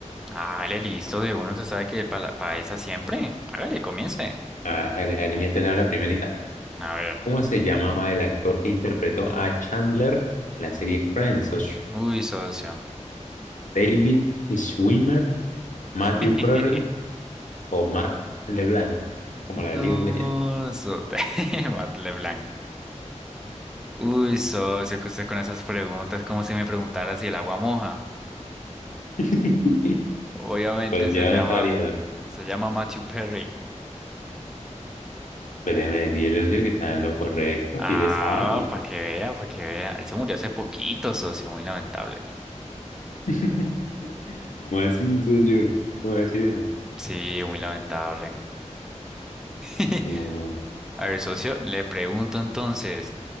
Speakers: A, in the centre; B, on the left.
A: Hágale listo de uno, se sabe que para esa siempre. Hágale, comience.
B: Ah, en- en- mientras le hablo la primerita.
A: A ver.
B: ¿Cómo se llamaba el actor que interpretó a Chandler en la serie Friends? socio?
A: Uy, socio.
B: ¿David Schwimmer, Matthew
A: <laughs>
B: Perry o Matt LeBlanc? Como
A: No,
B: la de League of Legends.
A: sote. <laughs> Batle blanc. Uy, socio, que usted con esas preguntas, como si me preguntara si el agua moja.
B: <laughs>
A: Obviamente
B: Pues
A: se
B: ya
A: llama,
B: no sabría.
A: se llama Matthew Perry.
B: Pues déjeme decirle, socio, que está en lo correcto,
A: Ah,
B: si le sabe.
A: para que vea, para que vea. Él se murió hace poquito, socio, muy lamentable.
B: <laughs> ¿Cómo así, socio? ¿Cómo va a decir eso?
A: Sí, muy lamentable. <laughs>
B: No,
A: A ver, socio, le pregunto entonces.